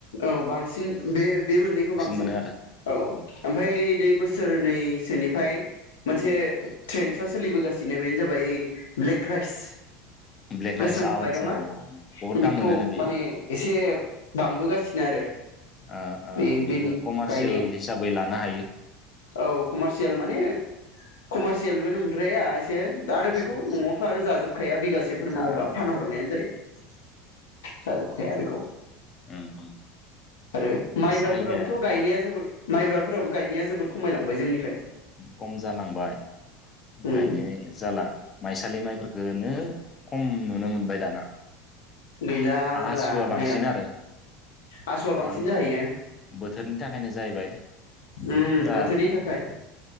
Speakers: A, on the left; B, on the left.
A: औ बांसिन बे बे मोननैखौ बांसिन
B: मोनो आरो
A: औ ओमफ्राय दै बोसोरनै सोनिफ्राय मोनसे
B: उम
A: ट्रेन्साव सोलिबोगासि नैबेनो जाबाय ब्लेक राइस
B: ब्लेक
A: गोसोम
B: राइस आदसा
A: माइरङा
B: औ बहुद
A: बेखौ
B: दाम मोनोनो बेयो
A: माने एसे बांबोगा सिनो आरो
B: ओ ओ
A: बे बेनि
B: बेखौ कमारसियेल
A: गायनाया
B: हिसाबै लानो हायो
A: औ कमारसियेल माने कमारसियेलबो नंद्राया एसे आरो
B: एसे
A: बेखौ न'आवथ' आरो जाजोबखाया बिगासेफोर
B: जानो
A: मावोबा फानहरनायानो जायो जाजोबखाया बेखौ
B: उम उम उम
A: आरो
B: बे
A: माइब्राफोराबोथ'
B: साहिदाया
A: गायनाया जोबोर माइब्राफोराबो गायनाया जोबोर खमायलांबाय जोंनि
B: खम जालांबाय
A: उम
B: गायनाय जाला माइसा लि माइफोरखौनो खम नुनो मोनबाय दाना
A: गैला
B: आासुवा
A: जाला
B: बांसिन
A: माइआ
B: आरो
A: आसुआ बांसिन
B: माने
A: जाहैयो
B: बोथोरनि थाखायनो जाहैबाय बोथोरफोरा
A: उम बोथोरनि थाखाय